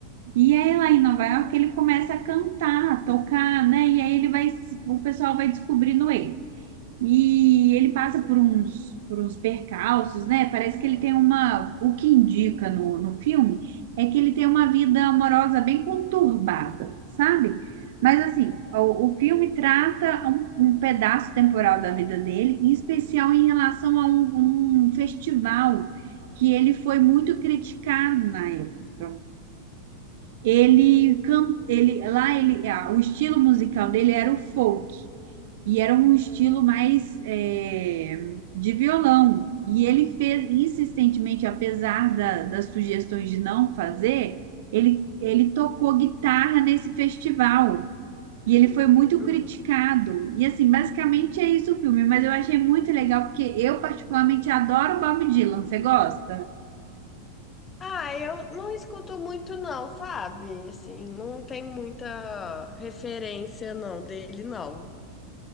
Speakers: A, on the right; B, on the left.
A: E aí lá em Nova York ele começa a cantar, a tocar, né? E aí ele vai, se- o pessoal vai descobrindo ele. E ele passa por uns, por uns percalços, né? Parece que ele tem uma, o que indica no, no filme é que ele tem uma vida amorosa bem conturbada, sabe? Mas assim, o, o filme trata um, um pedaço temporal da vida dele, em especial em relação a um um festival que ele foi muito criticado na época. Ele, can- ele lá ele, ah, o estilo musical dele era o folk e era um estilo mais é, de violão. E ele fez insistentemente, apesar da- das sugestões de não fazer, ele, ele tocou guitarra nesse festival. E ele foi muito
B: Hum.
A: criticado. E assim, basicamente é isso o filme, mas eu achei muito legal porque eu particularmente adoro Bob Dylan. Você gosta?
B: Ah, eu não escuto muito não, sabe? Assim, não tem muita referência não dele não.